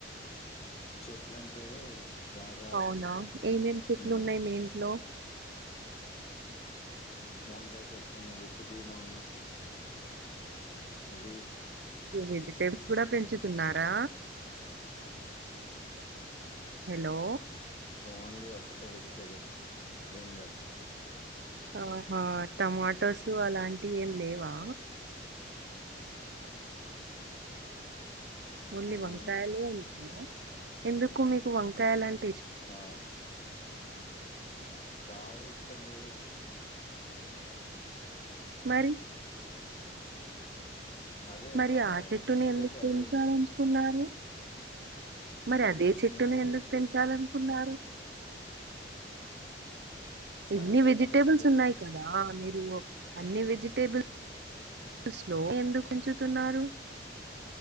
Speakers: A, on the left (about 35°); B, on the right (about 65°).
A: చెట్లు అంటే బాగా
B: అవునా ఏమేం చెట్లు
A: ఉన్నాయి
B: మీ ఇంట్లో
A: వంకాయ చెట్టు ఉన్నది పుదీనా ఉన్నది అది
B: వెజిటేబుల్స్ కూడా పెంచుతున్నారా. హలో
A: ఓన్లీ ఒకటే వెజిటేబుల్ బ్రిన్జాలు
B: ఆహా టమాటోస్ అలాంటివి ఏం లేవా. ఓన్లీ వంకాయలే
A: లేదు
B: అంతే ఎందుకు మీకు వంకాయలు అంటే.
A: ఆ కాదు ఇష్టం లేదు.
B: మరి.
A: అదే
B: మరి
A: ఒక
B: ఆ చెట్టుని
A: ఎత్తులైతే
B: ఎందుకు
A: అదే
B: పెంచాలంచుకున్నారు.
A: ఉంది
B: మరి అదే చెట్టును
A: అదే
B: ఎందుకు పెంచాలనుకున్నారు. ఇన్ని
A: అవే అయితేనే
B: వెజిటేబుల్స్
A: ఎత్తులెత్తాయి
B: ఉన్నాయి కదా మీరు అన్ని వెజిటేబుల్స్. స్లో ఆది ఎందుకు పేంచుతున్నారు.